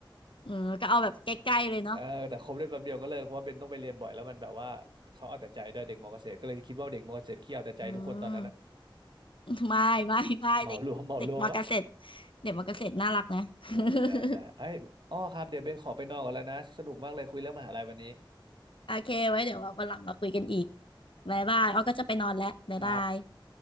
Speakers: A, on the left; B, on the right.
A: เออก็เอาแบบใกล้ๆเลยเนาะ
B: เออแต่คบได้แป๊บเดียวก็เลิกเพราะว่าเบนต้องไปเรียนบ่อยแล้วมันแบบว่าเขาเอาแต่ใจด้วยเด็กมอเกษตรก็เลยคิดว่าเด็กมอเกษตรขี้เอาแต่ใจทุกคนตอนนั้นอะ
A: อืม <laughs> ไม่ไม่ไม่เด็กเด็กมอเกษตร
B: เหมารวม <laughs> เหมารวมวะ
A: เด็กมอเกษตรน่ารักนะ
B: เออได้ได้ไอ้ยอ้อครับเดี๋ยวเบนขอไปนอนก่อนแล้วนะสนุกมากเลยคุยเรื่องมหาลัยวันนี้
A: <laughs> โอเคไว้เดี๋ยววันหลังมาคุยกันอีกบ๊ายบายอ้อก็จะไปนอนแล้วบ๊ายบาย
B: ครับ